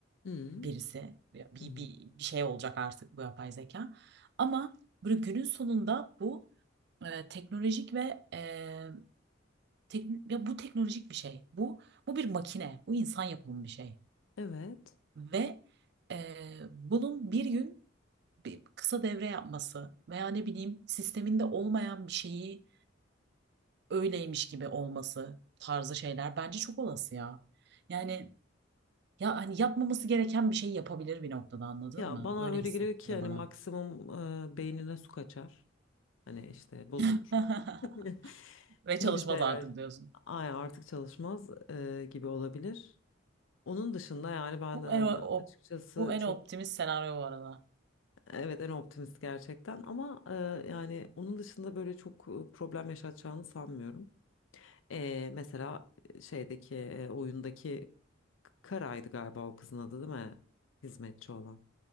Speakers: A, on the left (about 75°); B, on the right (about 55°).
A: Hı
B: birisi. Ya Bir,
A: hı.
B: bir, bir şey olacak artık bu yapay zeka. Ama böyle günün sonunda bu e, teknolojik ve e, tek- ya bu teknolojik bir şey. Bu bu bir makine. Bu insan yapımı bir şey.
A: Evet.
B: Ve e, bunun bir gün bir kısa devre yapması veya ne bileyim sisteminde olmayan bir şeyi öyleymiş gibi olması tarzı şeyler bence çok olası ya. Yani ya hani yapmaması gereken bir şey yapabilir bir noktada anladın
A: Ya
B: mı?
A: bana
B: Öyle
A: öyle
B: hissettiriyor
A: geliyor ki hani
B: bana.
A: maksimum e, beynine su kaçar. Hani işte bozulur
B: <laughs>
A: <laughs>
B: Ve çalışmaz
A: gibi şeyler.
B: artık diyorsun.
A: Ay artık çalışmaz e, gibi olabilir. Onun dışında yani ben
B: Bu
A: e,
B: en, op-
A: açıkçası
B: bu en
A: çok
B: optimist senaryo bu arada.
A: evet en optimist gerçekten ama e, yani onun dışında böyle çok e, problem yaşatacağını sanmıyorum. Ee, mesela şeydeki e, oyundaki Kara'ydı galiba o kızın adı değil mi? Hizmetçi olan.